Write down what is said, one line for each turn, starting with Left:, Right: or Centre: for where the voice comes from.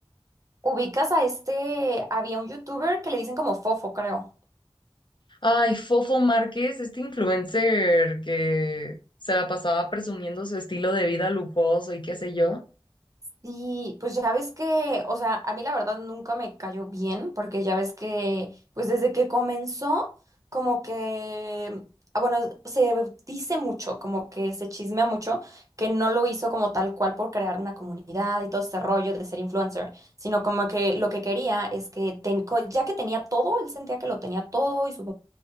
Right: ¿Ubicas a este? Había un youtuber que le dicen como Fofo, creo.
Left: Ay, Fofo Márquez, este influencer que se la pasaba presumiendo su estilo de vida lujoso y qué sé yo.
Right: Sí, pues ya ves que, o sea, a mí la verdad nunca me cayó bien, porque ya ves que, pues desde que comenzó, como que, ah, bueno, se dice mucho, como que se chismea mucho, que no lo hizo como tal cual por crear una comunidad y todo este rollo de ser influencer, sino como que lo que quería es que, ten- co- ya que tenía todo, él sentía que lo tenía todo y su